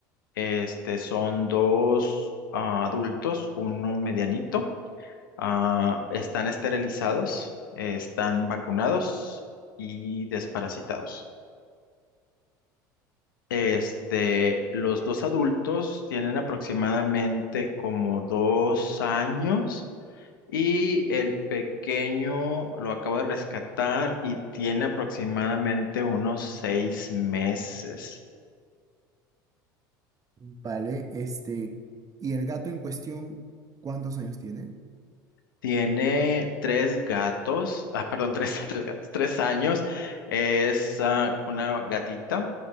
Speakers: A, on the left (about 85°); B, on the right (about 30°).
A: Este, son dos ah, adultos, uno medianito. Ah, están esterilizados, están vacunados y desparasitados. Este, los dos adultos tienen aproximadamente como dos años y el pequeño lo acabo de rescatar y tiene aproximadamente unos seis meses.
B: Vale, este, ¿y el gato en cuestión cuántos años tiene?
A: Tiene tres gatos, ah, perdón, tres, <laughs> tres gatos, tres años. Es ah, una gatita.